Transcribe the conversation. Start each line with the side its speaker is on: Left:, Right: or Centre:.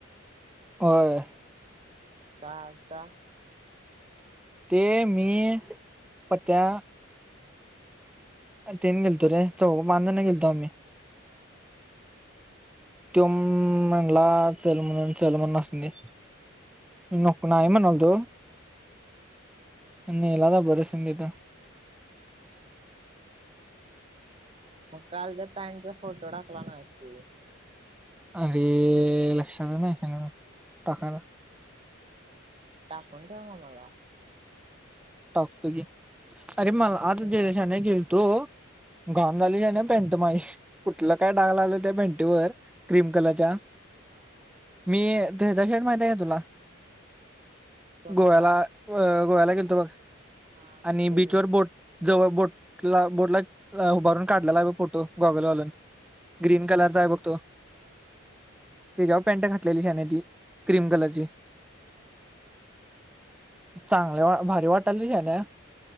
Centre: होय.
Right: का आज का?
Centre: ते मी पत्या तेन गेलतो रे चौघ पांज जण गेलतो आम्ही
Right: हा हा.
Centre: तुमन ला चलमुन चलमन अस असते. नको नाही म्हणालतो आणि
Right: हा हा
Centre: नेला बर संगीता
Right: हा हा. मग काल त्या पॅन्टचा फोटो टाकला नाहीस तू
Centre: अरे लक्षातच नाही टाकायला.
Right: हम् टाकून ठेव म मला
Centre: टाकतो की अरे
Right: आणि
Centre: मला आज जय देशा आणाय गेलतो. तो घालून आलोय आणि पॅन्ट माझी कुठलं काय डाग लागलंय त्या पँटेवर क्रीम कलरच्या
Right: हा.
Centre: मी त्यो हेचा शर्ट माहिती आहे का तुला.
Right: कोणता
Centre: गोव्याला अ गोव्याला गेलतो बघ
Right: हा माहित
Centre: आणि
Right: हाय
Centre: बीचवर
Right: की.
Centre: बोट जवळ बोटला बोटला उभारून काढलेला हाय ब फोटो गॉगल घालून ग्रीन कलरचा आहे बघ तो.
Right: हा
Centre: तेज्यावर पँट घातलेली शान्या ती. क्रीम
Right: मग
Centre: कलरची
Right: हा.
Centre: चांगल्या भारी वाट कल्ली जाणे